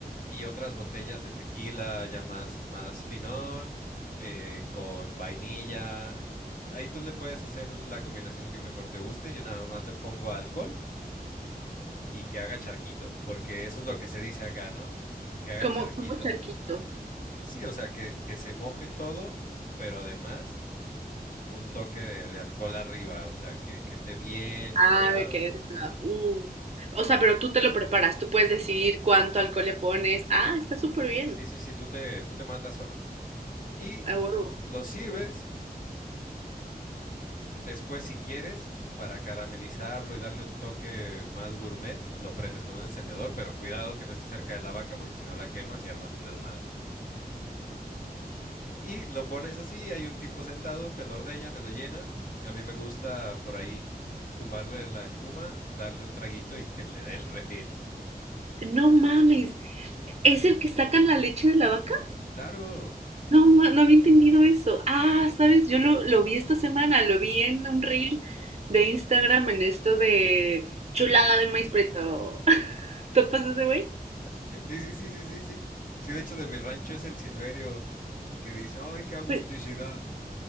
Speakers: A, on the left; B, on the right.
A: y otras botellas de tequila ya más, más finón, eh, con vainilla. Ahí tú le puedes hacer la combinación que mejor te guste. Yo nada más le pongo alcohol y que haga charquito, porque eso es lo que se dice acá, ¿no? Que haga
B: Como,
A: charquito.
B: como charquito.
A: Sí, o sea, que, que se moje todo, pero además un toque de, de alcohol arriba, o sea, que, que esté bien
B: Ah,
A: cargado.
B: me quedé. desnuda, Uh. O sea, pero tú te lo preparas, tú puedes decidir cuánto alcohol le pones. Ah, está súper bien.
A: Sí, sí, sí, tú te, tú te matas solo. Y
B: A huevo.
A: lo sirves después, si quieres, para caramelizarlo y darle un toque más gourmet, lo prendes con un encendedor, pero cuidado que no esté cerca de la vaca, porque si no la quemas y armas un desmadre. Y lo pones así, hay un tipo sentado, te lo ordeña, te lo llena. A mí me gusta por ahí tumbarle la espuma, darle un traguito y que le dé el refil.
B: No mames, es el que sacan la leche de la vaca.
A: Claro.
B: No, ma- no había entendido eso. Ah, sabes, yo lo, lo vi esta semana, lo vi en un reel de Instagram en esto de chulada de maíz preto. <laughs> ¿Topas ese güey?
A: Sí, sí, sí, sí, sí, sí. Sí, de hecho, de mi rancho es el Silverio el que dice, ¡ay, qué agusticidad!
B: Pues,